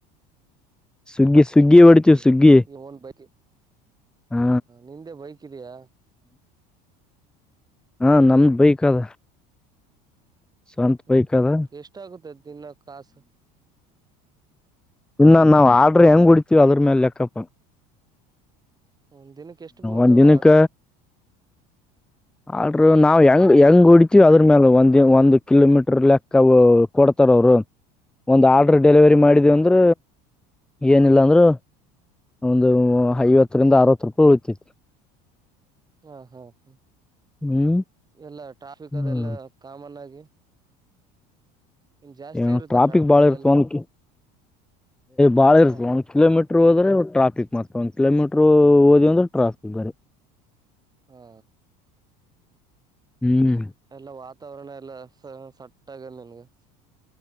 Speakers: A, in the centre; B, on the right.
A: ಸ್ವಿಗ್ಗಿ
B: ಸುಗ್ಗಿ
A: ಒಡಿತಿವಿಸುಗ್ಗಿ
B: ಈ ಓನ್ ಬೈಕ್
A: ಹಾ
B: ನಿಂದೆ ಬೈಕ್ ಇದಿಯಾ
A: ಹಾ, ನಂದುಬೈಕಾದ ಸ್ವಂತ್
B: ಹ್ಮ್
A: ಬೈಕಾದ
B: ಹ್ಮ್ ಎಷ್ಟಾಗುತ್ತೆ ದಿನ ಕಾಸು
A: ಇಲ್ಲಾನಾವು ಆಡ್ರ ಹೆಂಗ್ ಹೋಡ್ತೀವಿ ಅದ್ರ ಮೇಲೆ ಲೆಕ್ಕಪ್ಪಾ. -
B: ಒಂದ್ ದಿನಕ್ಕೆ ಎಷ್ಟು ಬುಳ್ತಾವ
A: ಒಂದ್ ದಿನಕ್ಕ
B: ಆರ್ಡ್ರ
A: ಆಡ್ರ ನಾವ್ ಹೆಂಗ್, ಹೆಂಗ್ ಹೊಡತೀವಿ ಅದ್ರ ಮೇಲ, ಒಂದ ಒಂದು ಕಿಲೋಮೀಟರ್ ಲೆಕ್ಕ ಕೊಡ್ತಾರ ಅವರು. ಒಂದು ಆರ್ಡ್ರ ಡೆಲಿವರಿ
B: ಹ್ಮ್ ಹ್ಮ್
A: ಮಾಡಿದ ಅಂದ್ರ ಏನಿಲ್ಲ ಅಂದ್ರೆ ಒಂದು ಐವತ್ತರಿಂದ ಅರವತ್ತು ಪ ಹೋಗ್ತೈತ <inaudible>
B: ಹಾ, ಹಾ, ಹ
A: ಹ್ಮ್
B: ಎಲ್ಲ ಟ್ರಾಫಿಕ್
A: ಹ್ಮ್
B: ಅದೆಲ್ಲಾ ಕಾಮನ್ ಆಗಿ. ಇನ್ ಜಾಸ್ತಿ
A: ಏ ಅಣ್ಣ
B: ಇರುತ್ತೆ
A: ಟ್ರಾಫಿಕ್ ಬಾಳ
B: ಅದೆಲ್ಲ
A: ಇರ್ತ ಒಂದ ಬಾಳ ಇರ್ತದ.
B: ಹಾ
A: ಒಂದ ಕಿಲೋಮೀಟರ್ ಒಂದು ಕೀಲೊಮೀಟರಹೋದ್ರೆ ಟ್ರಾಪಿಕ್, ಒಂದು ಕಿಲೋಮೀಟರ ಹೋದ್ರೆಟ್ರಾಫಿಕ್ <inaudible>
B: ಹಾ
A: ಹ್ಮ್ ಹ್ಮ್ಮ್
B: ಎಲ್ಲ ವಾತಾವರಣ ಎಲ್ಲ ಸ ಸಟ್ ಆಗಲ್ಲ ನಂಗ್